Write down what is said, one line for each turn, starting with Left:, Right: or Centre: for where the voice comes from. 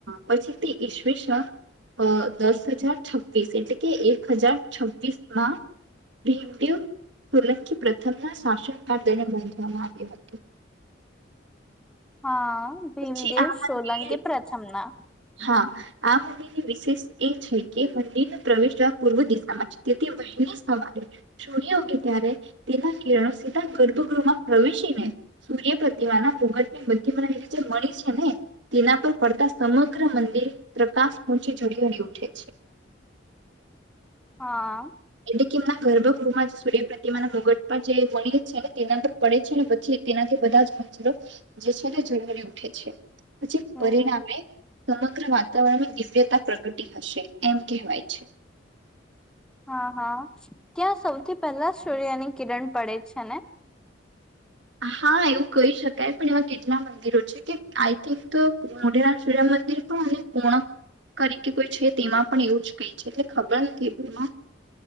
Right: પછી તે ઈસવીસન દસ હજાર છવ્વીસ એટલે કે એક હજાર છવ્વીસ માં ભીમદેવ સોલંકી પ્રથમના શાસનકાળ દમિયાન બાંધવામાં આવ્યો હતું.
Centre: હા <unintelligible> ભીમદેવ
Right: પછી આ મંદિર
Centre: સોલંકી પ્રથમ ના
Right: હા આ મંદિરની વિશેષ એ છે કે મંદિરને પ્રવેશ જવા પૂર્વ દિશામાં છે તેથી વહેલી સવારે સૂર્ય ઉગે ત્યારે તેના કિરણો સીધા ગર્ભગૃહમાં પ્રવેશીને સૂર્ય પ્રતિમાના મુગટને મધ્યમનાવીલી જે મળી છે ને તેના પર પડતા સમ સમગ્ર મંદિર પ્રકાશ પંચી ઝડી હળ ઉઠે છે.
Centre: હા. <unintelligible>
Right: એટલે કેમના ગર્ભગૃહમાં જે સૂર્ય પ્રતિમાના મુગટ પણ જે વણી છે ને તેના પર પડે છે ને પછી તેનાથી બધા જ મંતરો જે છે તે જરૂરી ઉઠે છે. પછી
Centre: હમ
Right: પરિણામે સમગ્ર વાતાવરણમાં દિવ્યતા પ્રગટી હશે એમ કહેવાય છે.
Centre: હા હા ત્યાં સૌથી પહેલા સૂર્યની કિરણ પડે છે ને.
Right: હા એવું કહી શકાય પણ એવા કેટલા મંદિરો છે કે આઈ થિંક મોઢેરા શરામ મંદિર પણ અને કોણક તરીકે કોઈ છે તેમાં પણ એવું જ કઈ છે એટ ખબર નથી એ એમાં